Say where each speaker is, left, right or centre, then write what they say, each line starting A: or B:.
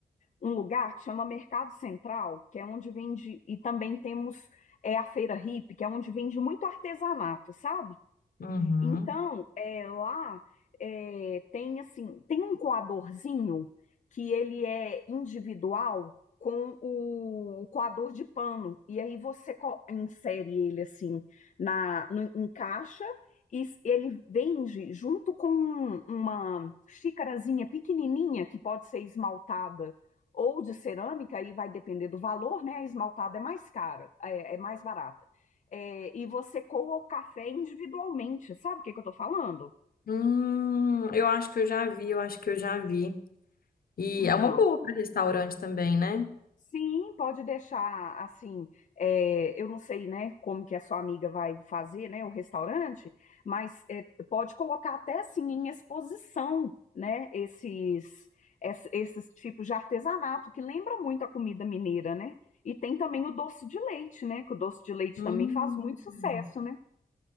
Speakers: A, on the left; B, on the left.
A: um lugar que chama Mercado Central, que é onde vende, e também temos é, a Feira Hippie, que é onde vende muito artesanato, sabe?
B: uhum.
A: Então, é, lá é, tem assim, tem um coadorzinho que ele é individual com o, o coador de pano. E aí você co- insere ele assim na no- em caixa e s- ele vende junto com uma xícarazinha pequenininha que pode ser esmaltada ou de cerâmica, aí vai depender do valor, né? A esmaltada é mais cara, é é mais barata é, e você coa o café individualmente, sabe o que que eu tô falando?
B: Hum, eu acho que eu já vi, eu acho que eu já vi. E
A: Então,
B: é uma boa para restaurante também, né?
A: sim, pode deixar assim, é, eu não sei, né, como que a sua amiga vai fazer, né, o restaurante, mas é, pode colocar até assim em exposição, né, esses, es- esses tipos de artesanato que lembra muito a comida mineira, né? E tem também o doce de leite, né? Que o doce de leite
B: Hum.
A: também faz muito sucesso, né?